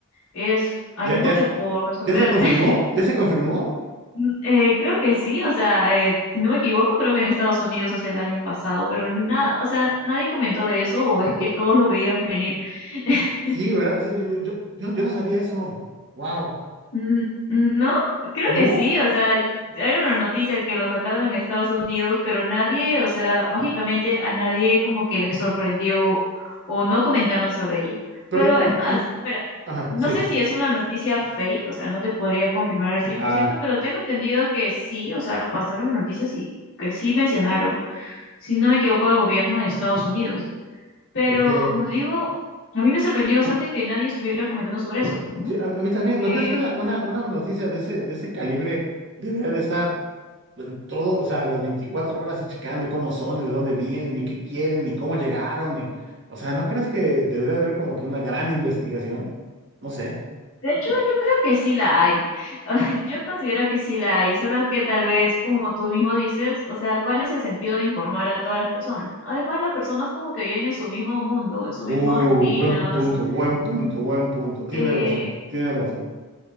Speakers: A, on the left; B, on the right.
A: es, hay
B: ¿Ya,
A: mucho
B: ya,
A: por resolver.
B: ya se confirmó?
A: <laughs>
B: ¿Ya se confirmó?
A: Mm, Eh, creo que sí, o sea, eh, si no me equivoco, creo que en Estados Unidos hace el año pasado, pero nada, o sea, nadie comentó de eso, o es
B: Pues,
A: que todos lo veían venir. <laughs>
B: sí, ¿verdad? O sea, yo, yo, yo- yo no yo no sabía eso. Wow.
A: Mm, No, creo
B: ¿No?
A: que sí, o sea, era una noticia que lo sacaron en Estados Unidos, pero nadie, o sea, mágicamente a nadie como que le sorprendió o no comentaron sobre ello.
B: Pero,
A: Pero
B: mm,
A: es más,
B: mm,
A: espera,
B: ajá,
A: no
B: sí.
A: sé si es una noticia fake, o sea, no te podría confirmar al cien
B: Ah,
A: por ciento pero tengo entendido que sí, o sea, pasaron en noticias y que sí mencionaron, si no me equivoco, el gobierno de Estados Unidos. Pero
B: ok.
A: como te digo, a mí me sorprendió bastante que nadie estuviera comentando sobre eso, pues, ¿no?
B: Sí, a, a mí también,
A: Que...
B: ¿no crees que una, una, una noticia de ese, de ese calibre debería de estar en todo, o sea, las 24 horas y checando y cómo son, y de dónde vienen, y qué quieren, y cómo llegaron, y, o sea, ¿no crees que debería haber como que una gran investigación? No sé.
A: De hecho, yo creo que sí la hay. <laughs> Yo considero que sí la hay, solo que tal vez, como tú mismo dices, o sea, ¿cuál es el sentido de informar a todas las personas? Además, las personas como que viven en su mismo mundo, en su
B: Uh,
A: misma rutina,
B: buen punto,
A: en su-
B: buen punto, buen punto. Tienes
A: eh,
B: razón, tienes razón.